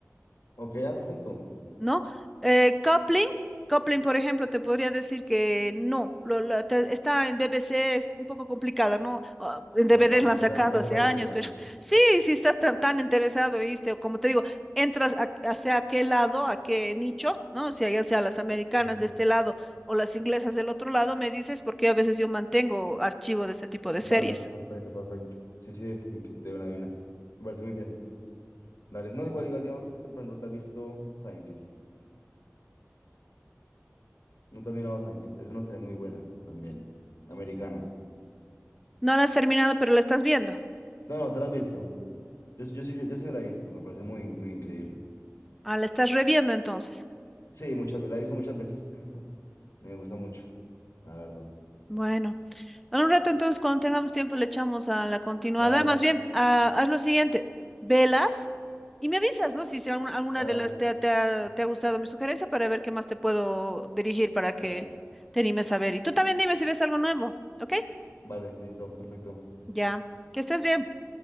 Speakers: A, on the left; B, in the centre.
A: Ok, ah, perfecto.
B: ¿no? Eh, coupling, coupling, por ejemplo, te podría decir que no, lo- lo- te- está en BBC, es un poco complicada, ¿no? Ah, en DVDs
A: Vale, toca,
B: la han
A: toca,
B: sacado
A: toca hacer
B: hace
A: la
B: años,
A: búsqueda.
B: pero <laughs> sí, si estás tan, tan interesado, ¿viste? O como te digo, entras a- hacia qué lado, a qué nicho, ¿no? O sea, ya sea las americanas
A: Ajá.
B: de este lado o las inglesas del otro lado, me dices, porque a veces yo mantengo archivo de este tipo de
A: Vale,
B: series.
A: perfecto, perfecto. Sí, sí, ok, de una a una. Me parece muy bien. Dale, no, igual, igual, digamos, tú, por ejemplo, te has visto Seinfeld. No te has mirado Seinfeld. Es una serie muy buena también, americana.
B: No la has terminado, pero la estás viendo.
A: No, no, te la has visto. Yo, yo, sí- yo, yo sí me la he visto. Me parece muy, muy increíble.
B: Ah, la estás reviendo entonces.
A: Sí, muchas veces, la he visto muchas veces. <laughs> Me gusta mucho, la verdad.
B: Bueno. En un rato, entonces, cuando tengamos tiempo, le echamos a la continuada.
A: Dale,
B: Más bien, ah, haz lo siguiente, velas y me avisas, ¿no? Si, si alguna, alguna
A: dale,
B: de las te, ha- te ha te ha gustado mi sugerencia para ver qué más te puedo dirigir para que
A: dale,
B: te animes a ver. Y tú también dime si ves algo nuevo, ¿ok?
A: vale, listo, perfecto.
B: Ya, que estés bien.